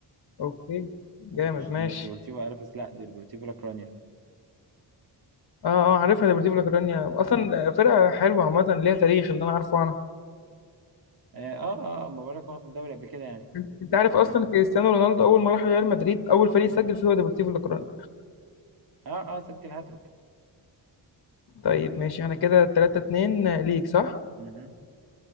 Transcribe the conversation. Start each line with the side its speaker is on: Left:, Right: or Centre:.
Left: اوكي جامد
Right: ومش مش
Left: ماشي
Right: ديبورتيفو الفيس لا دي ديبورتيفو لاكرونيا
Left: اه اه عارفها ديبورتيفو لا كورونيا اصلا فرقة حلوة عامة ليها تاريخ اللي انا عارفه عنها
Right: اه اه آه، ما بقولك واخد الدوري قبل كده يعني
Left: انت أنت عارف اصلا كريستيانو رونالدو اول ما راح ريال مدريد اول فريق سجل فيه هو ديبورتيفو لا كورونيا
Right: اه اه سجل هاتريك
Left: طيب ماشي انا كده 3 2 ليك صح
Right: مهم.